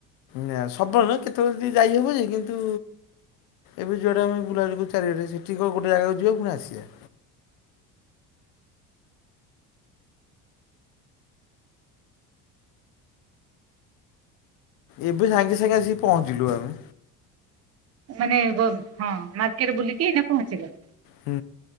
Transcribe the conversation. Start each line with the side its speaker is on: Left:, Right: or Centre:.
Left: ନାଁ ସବୁବେଳେ ନୁହେଁ କେତେବେଳେ ଯଦି ଯାଇହବ ଯେ କିନ୍ତୁ ଏବେ ଯୁଆଡେ ଆମେ ବୁଲା ବୁଲି କରୁଚୁ ଚାରିଆଡେ ସେଠି କଣ ଗୋଟେ ଜାଗାକୁ ଯିବା ପୁଣି ଆସିଆ। ଏବେ ସାଙ୍ଗେ ସାଙ୍ଗେ ଆସିକି ପହଞ୍ଚିଲୁ ଆମେ
Right: ମାନେ ଏବଂ ହଁ ମାର୍କେଟ ବୁଲିକି ଏଇନେ ପହଞ୍ଚିଲେ?
Left: ହୁଁ।